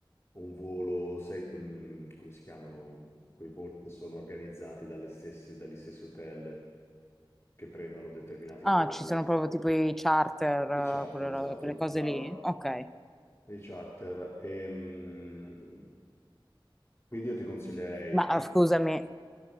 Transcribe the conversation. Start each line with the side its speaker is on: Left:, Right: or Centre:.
Left: un volo, sai com- come si chiamano mm, quei voli che sono organizzati dalle stesse- dagli stessi hotel che prendono determinati
Centre: Ah,
Left: voli.
Centre: ci sono proprio tipo i charter, eh,
Left: I charter,
Centre: quelle,
Left: esatto,
Centre: ro- quelle cose
Left: brava.
Centre: lì? Ok.
Left: I charter. Ehm, quindi io ti consiglierei
Centre: Ma
Left: di...
Centre: ah, scusami,